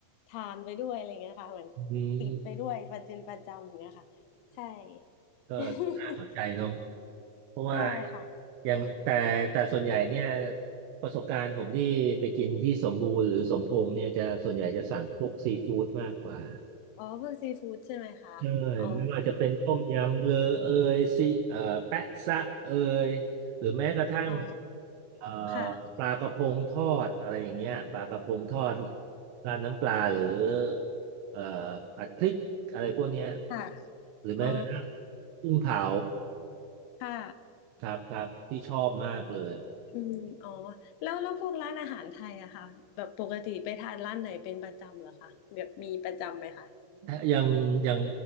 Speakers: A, on the left (about 85°); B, on the right (about 80°).
A: ทานไปด้วยอะไรเงี้ยค่ะเหมือน
B: อืม
A: ติดไปด้วยประจินประจำอย่างเงี้ยค่ะใช่
B: ก็น่าสนใจเนาะ
A: <laughs>
B: เพราะว่า
A: ใช่ค่ะ
B: อยางแต่แต่ส่วนใหญ่เนี่ยประสบการณ์ผมที่ไปกินที่สมบูรณ์หรือสมพงษ์เนี่ยจะส่วนใหญ่จะสั่งพวกซีฟู้ดมากกว่า
A: อ๋อพวกซีฟู้ดใช่ไหมคะอ๋อ
B: ใช่ไม่ว่าจะเป็นต้มยำเลอเอยซีเอ่อแปะซะเอยหรือแม้กระทั่ง
A: อ๋อ
B: เอ่อ
A: ค่ะ
B: ปลากระพงทอดอะไรอย่างเงี้ยปลากระพงทอดราดน้ำปลาหรือเอ่อผัดพริกอะไรพวกเนี้ย
A: ค่ะ
B: หรือแม้กระทั่ง
A: อ๋อ
B: กุ้งเผา
A: ค่ะ
B: ครับครับที่ชอบมากเลย
A: อืมอ๋อแล้วแล้วพวกร้านอาหารไทยอะค่ะแบบปกติไปทานร้านไหนเป็นประจำเหรอคะแบบมีประจำไหมคะ
B: ถ้ายังยัง